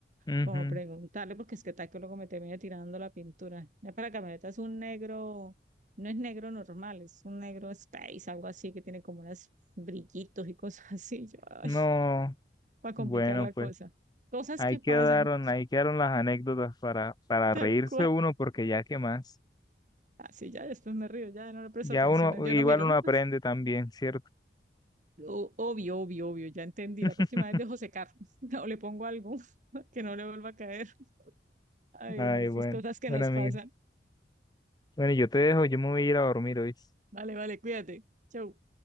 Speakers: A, on the left; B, on the right.
A: ujú,
B: como preguntarle, porque es que tal que luego me termine tirando la pintura. Ya para la camioneta es un negro, no es negro normal, es un negro space, algo así que tiene como unos brillitos y cosas <laughs> así. Yo, ay,
A: no.
B: para complicar
A: Bueno,
B: la
A: pues
B: cosa. Cosas
A: ahí
B: que
A: quedaron,
B: pasan,
A: ahí quedaron las anécdotas para, para
B: tal
A: reírse
B: cual.
A: uno, porque ya qué más.
B: Así ya, después me río, ya no le presto
A: Ya
B: atención.
A: uno,
B: Yo
A: igual
B: no miro.
A: uno aprende también, ¿cierto?
B: O- obvio, obvio, obvio, ya entendí. La próxima
A: <laughs>
B: vez dejo secar <laughs> o le pongo algo <laughs> que no le vuelva a caer. Ay,
A: Ay,
B: no, esas
A: bueno.
B: cosas que
A: Bueno,
B: nos
A: amigo.
B: pasan.
A: Bueno, yo te dejo, yo me voy a ir a dormir hoy.
B: Vale, vale, cuídate. Chau.